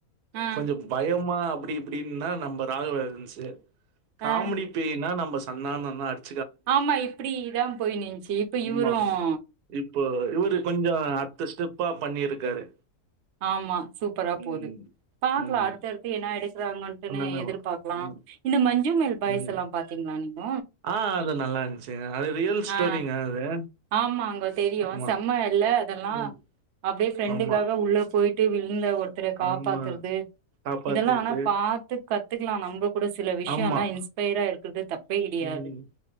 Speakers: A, on the right; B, on the right.
A: ஆ
B: கொஞ்சோ பயமா அப்படி இப்படின்னா நம்ம ராகவா லாரன்ஸ்சு காமீடி
A: ஆ
B: பேய்ன்னா நம்ம சந்தானம் தா அடுத்
A: ஆமா இப்டி இத்தா போயின்ச்சு இப்ப
B: ஆமாமா.
A: இவரும்
B: இப்போ இவரு கொஞ்சே அடுத்த ஸ்டெப்பா பண்ணியிருக்காரு
A: ஆமா சூப்பரா
B: ம்.
A: போது பாக்லா
B: ம்.
A: அடுத்தடுத்து என்னா எடுக்கறாங்கன்னு உடனே
B: என்னென்னவா?
A: எதிர்பாக்லா
B: ம்.
A: இந்த மஞ்சு மேல் பாய்ஸ்ல்லா
B: ம்.
A: பாத்தீங்ளா நீங்க
B: ஆ அது நல்லா இருன்ச்சிங்க அது ரியல் ஸ்டோரிங்க
A: ஆ
B: அது
A: ஆமாங்க தெரியு
B: ஆமா.
A: செம்ம இல்ல அதுல்லா
B: ம்.
A: அப்டியே ஃப்ரெண்டுக்காக
B: ஆமா,
A: உள்ள போயிட்டு விழுந்த ஒரு த்தர காப்பாத்துறது
B: ஆமா. காப்பாத்திட்டு.
A: இதெல்லா ஆனா பாத் து கத்துக்கலா நம்பகூட சில விஷயல்லா
B: ஆமா.
A: இன்ஸ்பயரா இருக்கறது தப்பே கிடையாது
B: ம்.